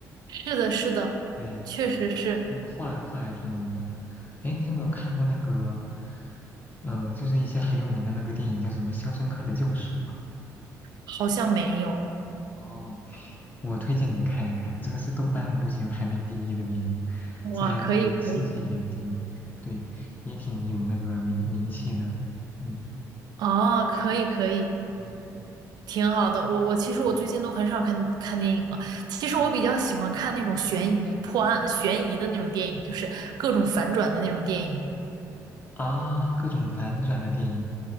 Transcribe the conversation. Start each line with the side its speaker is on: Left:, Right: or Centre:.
Right: 是的，是的，
Left: 对，
Right: 确实是，
Left: 那个画画还挺有名的。哎，你有没有看过那个？呃，就是一些很有名的那个电影叫什么《肖申克的救赎》啊。
Right: 好像没有。
Left: 哦，我推荐你看一看，这个是豆瓣目前排名第一的电影，
Right: 哇，
Left: 在那个世界也挺，
Right: 可以，可以，
Left: 对，也挺有那个名名气的。嗯
Right: 哦，可以，可以。
Left: 嗯
Right: 挺好的，我我其实我最近都很少看看电影了。
Left: 嗯
Right: 其实我比较喜欢看那种悬疑、
Left: 嗯。
Right: 破案、悬疑的那种电影，就是各种反转的那种电影。
Left: 啊，各种反转的电影，